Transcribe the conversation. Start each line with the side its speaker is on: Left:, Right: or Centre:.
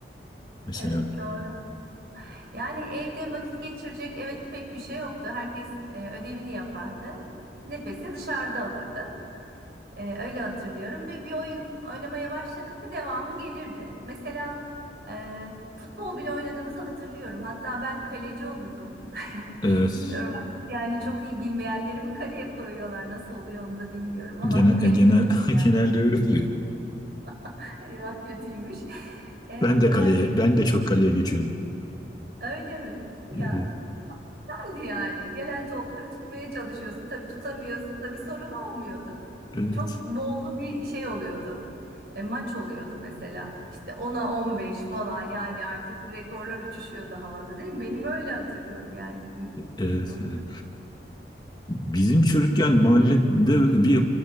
Left: mesela.
Right: Evet doğru. Yani evde vakit geçirecek evet pek bir şey yoktu. Herkes e, ödevini yapardı. Nefesi dışarıda alırdı. Ee, öyle hatırlıyorum ve bir oyun oynamaya başladık mı devamı gelirdi. Mesela e, futbol bile oynadığımızı hatırlıyorum. Hatta ben kaleci olurdum. <laughs>
Left: Evet.
Right: Bilmiyorum artık yani çok iyi bilmeyenleri mi kaleye koyuyorlar nasıl oluyor onu da bilmiyorum ama
Left: Genel,
Right: kaleciydim
Left: e, genel, <laughs>
Right: yani.
Left: genelde öyle oluyor.
Right: <laughs> Eyvah kötüymüş. Ee,
Left: Ben de
Right: yani
Left: kaleye, ben de çok kaleye geçiyordum.
Right: öyle mi? Ya
Left: Evet,
Right: Şimdi yani gelen topları tutmaya çalışıyorsun. Tabii tutamıyorsun da bir sorun olmuyordu.
Left: evet,
Right: Çok bollu bir şey oluyordu. E, maç oluyordu mesela. İşte ona 15 falan yani artık rekorlar uçuşuyordu havada değil mi? Benim öyle hatırlıyorum yani bizim
Left: evet.
Right: çocukluğumuzda.
Left: evet. Bizim çocukken mahallede bir